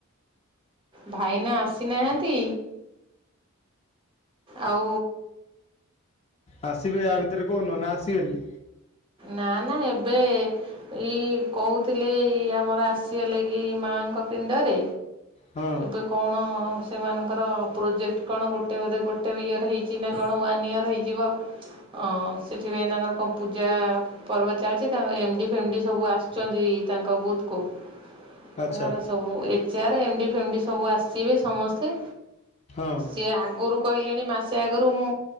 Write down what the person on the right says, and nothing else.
ଭାଇନା ଆସିନାହାନ୍ତି ଆଉ
ନା ନା ଏବେ ଏଇ କହୁଥିଲେ ଏଇ ଆମର ଆସିବା ଲାଗି ମାଆଙ୍କ ପିଣ୍ଡରେ
ଏବେ କଣ ସେମାନଙ୍କର ପ୍ରୋଜେକ୍ଟ କଣ ଗୋଟେ ବୋଧେ ଗୋଟେ ଇୟର୍ ହେଇଛି ନା କଣ ୱାନ୍ ଇୟର୍ ହେଇଯିବ। ଅଁ ସେଥିପାଇଁ ତାଙ୍କର କଣ ପୂଜା ପର୍ବ ଚାଲିଚି ତାଙ୍କ ଏମ ଡି ଫେମ ଡି ସବୁ ଆସିଛନ୍ତି ତାଙ୍କ ବୁଥକୁ ତାଙ୍କର
ସବୁ ଏଚ୍ ଆର୍ ଏମ ଡି ଫେମ ଡି ସବୁ ଆସିବେ ସମସ୍ତେ
ସେ ଆଗରୁ କହିଲେଣି ମାସେ ଆଗରୁ ମୁଁ